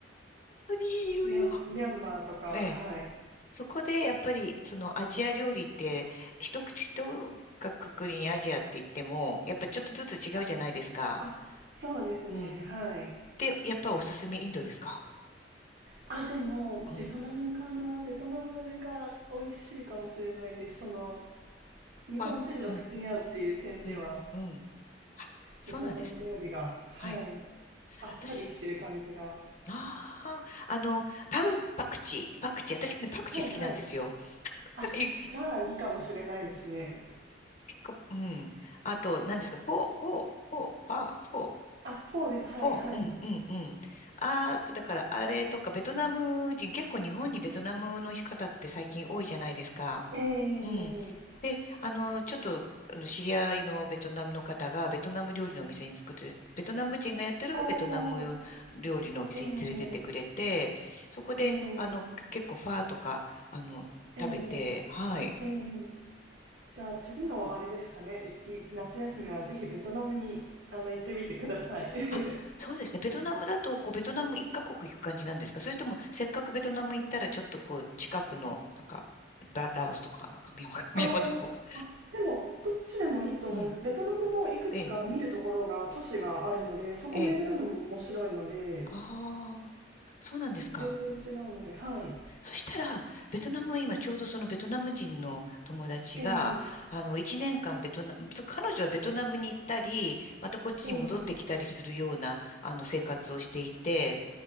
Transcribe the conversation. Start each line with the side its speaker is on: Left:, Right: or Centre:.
Left: 本当にいろいろ。
Right: ミャン、ミャンマーとか、
Left: ええ。
Right: はい。
Left: そこで、やっぱり、そのアジア料理って、一口、一括りにアジアって言っても、やっぱちょっとずつ違うじゃないですか。
Right: あ、そうですね、
Left: うん。
Right: はい。
Left: で、やっぱおすすめインドですか
Right: あ、でも、
Left: うん。
Right: ベトナムかな。ベトナムが美味しいかもしれないです。その、日本人の口に合うっていう点では、
Left: はうん、うん、うん。あ、そうなんです。
Right: ベトナム料理が、はい。
Left: はい。
Right: あっさりしてる感じが。
Left: 私、ああ、あの、パウ、パクチー、パクチー、私ね、パクチー好きなんですよ。
Right: はい、はい。あ、
Left: <laughs>
Right: じゃあいいかもしれないですね。
Left: か、うん。あと、何ですか、フォー、フォー、フォー、ファー、フォー、
Right: あ、4です。はい、
Left: フォー、
Right: はい。
Left: うん、うん、うん。ああ、だから、あれとか、ベトナム人、結構日本にベトナムの方って最近多いじゃないですか。
Right: ええ
Left: うん。で、あの、ちょっと、あの、知り合いのベトナムの方が、ベトナム料理のお店に作って、ベトナム人がやってるベトナム料理のお店に連れてってくれて、
Right: おー、ええ
Left: そこで、
Right: ええ
Left: あの、け結構ファーとか、あの、
Right: ええ
Left: 食べて、はい。
Right: ええじゃあ次のあれですかね。いい夏休みはぜひベトナムに、あの、行ってみてください。<laughs>
Left: あ、そうですね。ベトナムだと、こう、ベトナム一カ国行く感じなんですかそれとも、せっかくベトナム行ったら、ちょっとこう、近くの、なんか、ラ、ラオスとか、なんか、ミャンマー、<laughs> ミャンマーとかわかん、
Right: あーあ、でも、どっちでもいいと思います。
Left: うん。
Right: ベトナムもいくつか見るところが、
Left: ええ、
Right: 都市があるので、そこ巡るのも面白いので、
Left: ええ。ああ、そうなんですか。
Right: 全然違うので、はい。
Left: そしたら、ベトナムは今、ちょうどそのベトナム人の友達が、
Right: ええ
Left: あの、一年間ベトナム、そう彼女はベトナムに行ったり、またこっちに戻ってきたりするような、
Right: ええ
Left: あの、生活をしていて、